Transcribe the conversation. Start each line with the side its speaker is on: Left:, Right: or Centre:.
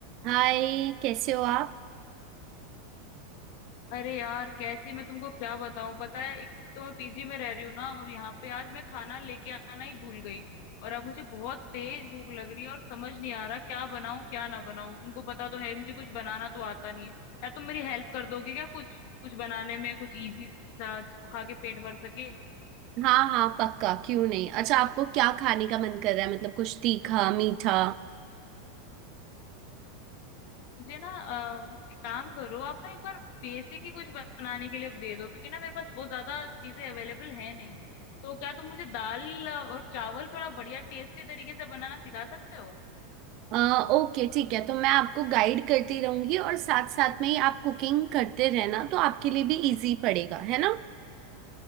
Right: हाय कैसे हो आप
Left: अरे यार कैसी मैं तुमको क्या बताऊं पता है एक तो मैं पीजी में रह रही हूँ ना और यहाँ पे आज मैं खाना लेके आना ही भूल गई और अब मुझे बहुत तेज भूख लग रही है और समझ नहीं आ रहा क्या बनाऊं क्या ना बनाऊं तुमको पता तो है मुझे कुछ बनाना तो आता नहीं है यार तुम मेरी हेल्प कर दोगे क्या कुछ कुछ बनाने में कुछ इजी सा जिसको खा के पेट भर सके
Right: हाँ हाँ पक्का क्यों नहीं अच्छा आपको क्या खाने का मन कर रहा है मतलब कुछ तीखा मीठा
Left: मुझे ना अ, एक काम करो आप ना एक बार बेसिक ही कुछ बनाने के लिए दे दो क्योंकि ना मेरे पास बहुत ज्यादा चीजें अवेलेबल है नहीं तो क्या तुम मुझे दाल और चावल थोड़ा बढ़िया टेस्टी तरीके से बनाना सिखा सकते हो
Right: अ, ओके ठीक है तो मैं आपको गाइड करती रहूंगी और साथ साथ में ही आप कुकिंग करते रहना तो आपके लिए भी इजी पड़ेगा है ना